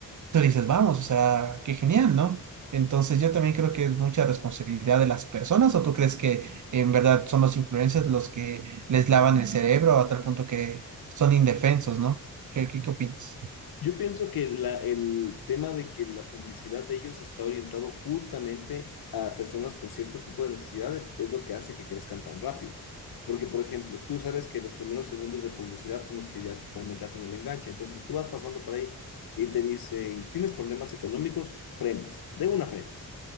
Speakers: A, on the right (about 50°); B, on the left (about 65°).
A: Tú dices, vamos, o sea, qué genial, ¿no? Entonces yo también creo que es mucha responsabilidad de las personas, ¿o tú crees que en verdad son los influencers los que les lavan el cerebro a tal punto que son indefensos, ¿no? ¿Qué, qué, qué opinas?
B: Yo pienso que la- el tema de que la publicidad de ellos está orientado justamente a personas con cierto tipo de necesidades es lo que hace que crezcan tan rápido. Porque, por ejemplo, tú sabes que los primeros segundos de publicidad son los que ya realmente hacen el enganche. Entonces, si tú vas pasando por ahí y te dicen, ¿tienes problemas económicos? Frenas, de una frenas.